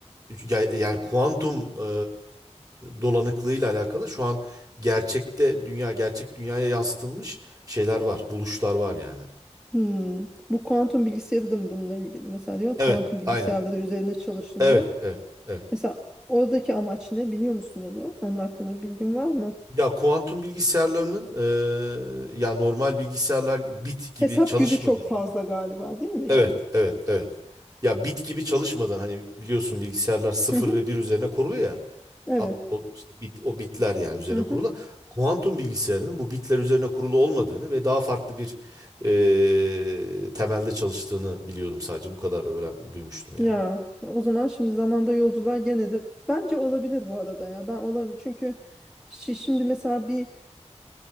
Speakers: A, on the right; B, in the centre.
A: ya- yani kuantum e, dolanıklığıyla alakalı şu an gerçekte dünya gerçek dünyaya yansıtılmış şeyler var, buluşlar var yani.
B: Hmm. Bu kuantum bilgisayarı da mı bununla ilgili? Mesela diyor
A: Evet,
B: kuantum bilgisayarları
A: aynen.
B: üzerine çalışılıyor.
A: Evet, evet, evet.
B: Mesela oradaki amaç ne biliyor musun onu? Onun hakkında bilgin var mı?
A: Ya kuantum bilgisayarlarının eee, ya normal bilgisayarlar bit
B: Hesap
A: gibi çalışmadığını.
B: gücü çok fazla galiba değil mi
A: Evet,
B: yani?
A: evet, evet. Ya bit gibi çalışmadan hani biliyorsun bilgisayarlar sıfır
B: Hı hı,
A: ve bir üzerine kuruluyor ya.
B: evet.
A: At, o, işte bit, o bitler yani üzerine
B: Hı hı.
A: kurulu. Kuantum bilgisayarının bu bitler üzerine kurulu olmadığını ve daha farklı bir eee, temelde çalıştığını biliyordum sadece bu kadar öğren, duymuştum yani.
B: Ya o zaman şimdi zamanda yolculuğa gene de bence olabilir bu arada ya. Ben olabilir çünkü şi- şimdi mesela bir